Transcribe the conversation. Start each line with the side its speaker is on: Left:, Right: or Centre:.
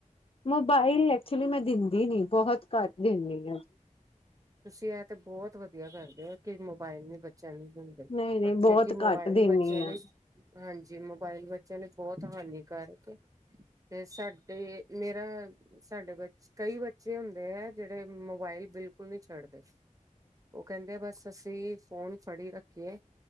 Left: ਮੋਬਾਈਲ ਐਕਚੁਲੀ ਮੈਂ ਦਿੰਦੀ ਨੀ ਬਹੁਤ ਕਰ ਦਿੰਦੇ ਹ
Right: ਤੁਸੀਂ ਇਹ ਤੇ ਬਹੁਤ ਵਧੀਆ ਕਰਦੇ ਹੋ ਈ ਮੋਬਾਇਲ ਨੀ ਬੱਚੇ ਬ ਨੂੰ ਹਦੇ
Left: ਨਹੀਂ ਨਹੀਂ
Right: ਅੱਛਾ
Left: ਬਹੁਤ
Right: ਕਿ ਮੋਬਾਇਲ
Left: ਘੱਟ ਦਿੰਦੀ
Right: ਬੱਚਿਆਂ
Left: ਆ
Right: ਲਈ ਹਾਂਜੀ ਮੋਬਾਇਲ ਬੱਚਿਆਂ ਲਈ ਬਹੁਤ ਹਾਨੀਕਾਰਕ ਤੇ ਸਾਡੇ ਮੇਰਾ ਸਾਡੇ ਕਈ ਬੱਚੇ ਹੁੰਦੇ ਹੈ ਜਿਹੜੇ ਾਈਲ ਬਿਲਕੁਲ ਨਹੀਂੀ ਛੱਡਦੇ ਉਹ ਕਹਿੰਦੇ ਬਸ ਅਸੀਂ ਫੋਨ ਫੜੀ ਰੱਖੀਏ